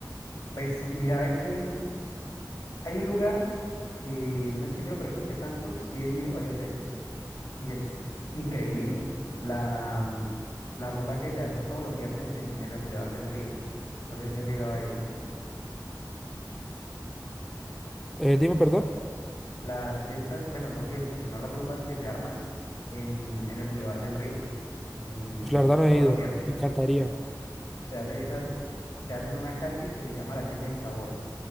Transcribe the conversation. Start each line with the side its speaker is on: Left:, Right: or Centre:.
Left: Pues mira, ve que hay un lugar que no es que yo lo frecuente tanto, sí he ido varias veces y es increíble la, mm, la rumba que se hace todos los viernes en, en el Boulevard del Río. No sé si has llegado a ir.
Centre: Eh, dime, perdón.
Left: Las fiestas, bueno, no fiestas, sino las rumbas que se arman en, en el Boulevard del Río, en
Centre: Pues la verdad no
Left: todos
Centre: he ido,
Left: los viernes.
Centre: me encantaría,
Left: Se hace, esas se hacen en una calle que se llama la calle del Sabor.